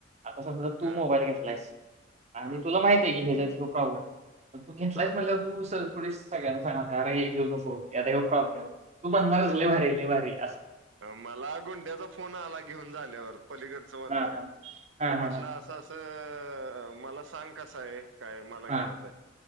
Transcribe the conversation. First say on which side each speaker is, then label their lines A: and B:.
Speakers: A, on the right; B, on the right.
A: आता समजा तू
B: हा
A: मोबाईल घेतलायस. आणि
B: हा
A: तुला माहित आहे की ह्याच्यात ह्यो प्रॉब्लेम आहे पण तू घेतलायस
B: हा
A: म्हटल्यावर तू थोडीच सगळ्यांना सांगणार. अरे घेऊ नको आता ह्यो प्रॉब्लेम आहे तू म्हणणारच लय भारी आहे लय भारी आहे
B: मला गुंड्याचा फोन आला घेऊन झाल्यावर. पलीकडचं मांजर
A: हा
B: आहे
A: हा हा
B: तो म्हंटला
A: हा
B: असं असं मला सांग कसं आहे. काय मला
A: हा
B: घ्याचंय आहे